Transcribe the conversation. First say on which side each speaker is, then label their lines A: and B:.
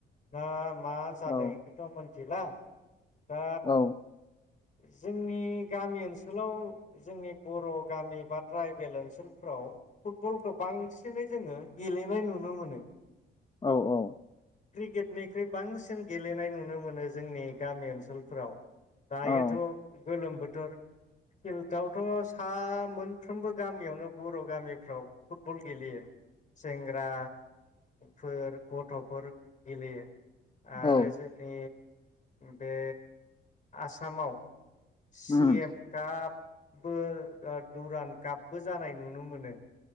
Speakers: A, on the left (about 40°); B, on the left (about 20°).
A: ना मा जादों
B: औ
A: इखौथ मोन थिला दा
B: औ औ
A: जोंनि गामि ओनसोलाव जोंनि बर' गामि बा ट्राइबेल ओनसोलफ्राव फुटबलखो बांसिनै जोंङो गेलेनाय नुनो मोनो।
B: औ औ
A: क्रिकेटनिख्रुइ बांसिन गेलेनाय नुनो मोनो जोंनि गामि ओनसोलफोराव दायोथ
B: औ
A: गोलोम बो थोर फिल्डआवथ सा मोनफ्रोमबो गामियावनो बर गामिफ्राव फुटबल गेलेयो। सेंग्रा फोर गथफोर गेलेयो आरो
B: औ
A: जोंनि बे आसामाव सि
B: उम
A: एम काप बो ओ दुरान कापबो जानाय नुनो मोनो